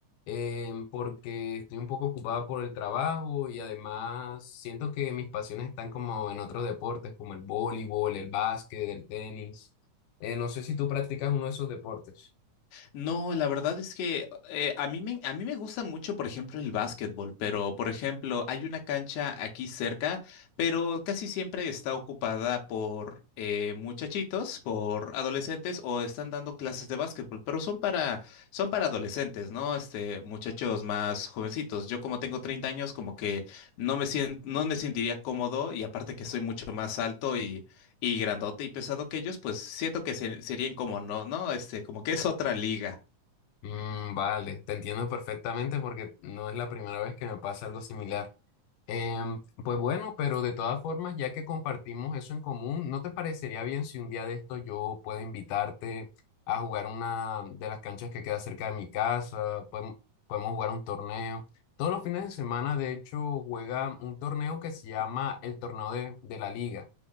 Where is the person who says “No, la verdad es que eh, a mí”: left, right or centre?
Left